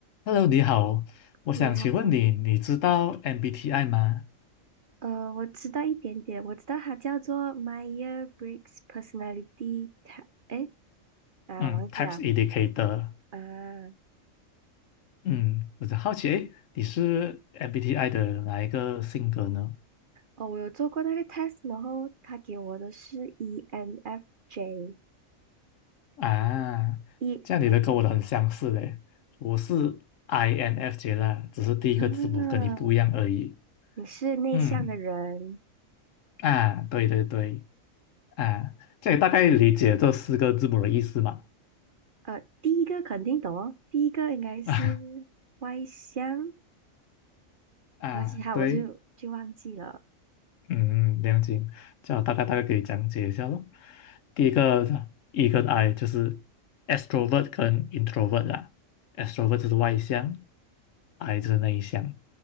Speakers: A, on the left (about 70°); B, on the right (about 45°).
A: Hello，你好，我想请问你，
B: 你好，
A: 你知道 MBTI 吗？
B: 呃，我知道一点点，我知道它叫做 Myers Briggs Personality Test，哎啊，
A: 嗯，Types
B: 忘记了
A: Indicator。
B: 啊，
A: 嗯，我就好奇，诶，你是 MBTI 的哪一个性格呢？
B: 哦，我有做过那个 test，然后他给我的是 ENFJ，E
A: 啊，
B: 啊，
A: 这样你的跟我的很相似嘞，
B: 对
A: 我是 INFJ 啦，只是第一个字母跟你不一样而已。
B: 啊，你是内向的人，
A: 嗯，啊，对对对，啊，这也大概理解这四个字母的意思嘛？
B: 呃，第一个肯定懂哦，第一个应该是外向，
A: <laughs> 啊啊，
B: 然后其他我就就忘记了，
A: 对，嗯，嗯了解，这样我大概大概给你讲解一下咯。第一个 E 跟 I 就是 extrovert 跟 introvert 啦，extrovert 就是外向，I 就是内向。